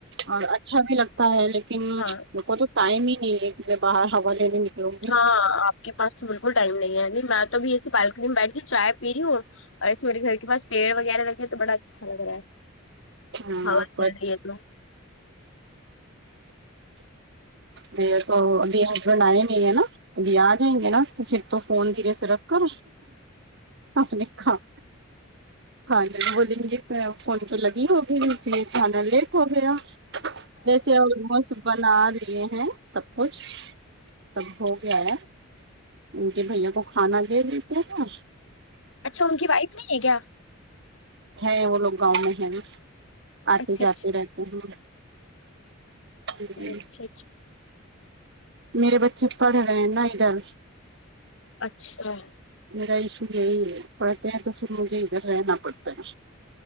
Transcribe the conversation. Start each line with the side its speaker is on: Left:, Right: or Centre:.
Right: اور اچھا بھی لگتا ہے لیکن
Left: ہاں
Right: ان کو تو ٹائم ہی نہیں ہے کہ باہر ہوا لینے نکلوں گی
Left: ہاں آپ کے پاس تو بالکل ٹائم نہیں ہے ابھی میں تو بھیھی ایسی بالکنی میں بیٹھ کے چائے پی رہی ہوں اور ایسے میرے گھر کے پاس پیڑ وغیرہ لگے تو بڑا اچھا لگ رہا ہے
Right: ہاں
Left: ہوا جاری
Right: بچ
Left: انتا
Right: میرے تو مبھی ہسبینڈ آئے نہیں ہے نا ابھی آ جائیں گے نا تو پھر تو فون دھیرے سے رکھ کر اپنے کام ک ج بولیں گے فون پہ لگی ہوگئی ا میں کھانا لیٹ ہو گیا دسیی ہو موسم بنا دیے ہیں سب کچھ سب ہو گیا ہے ان کے بھیاوں کو کھانا دے دیتے ہیں اور
Left: اچھا ان کی وائف نہیں ہے کیا
Right: ہے وہ لوگ گاؤں میں ہیں آتے
Left: اچھا
Right: جاتے
Left: اچھا
Right: رہتے ہیں جی جی
Left: اچھا
Right: میرے بچے پڑھ رہے ہیں نا ادھر
Left: اچھا
Right: میرا ایشو یہی ہے پڑھتے ہیں تو پھر مجھے ادھر رہنا پڑتا ہے